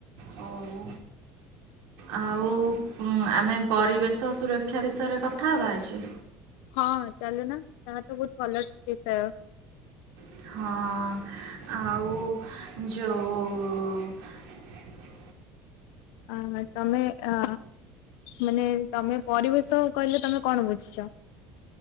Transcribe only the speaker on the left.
ହଁ ଚାଲୁନ ତାହା ତ ବହୁତ ଭଲ ବିଷୟ।
ଅ ତମେ ଅ ମାନେ ତମେ ପରିବେଶ କହିଲେ ତମେ କଣ ବୁଝୁଛ?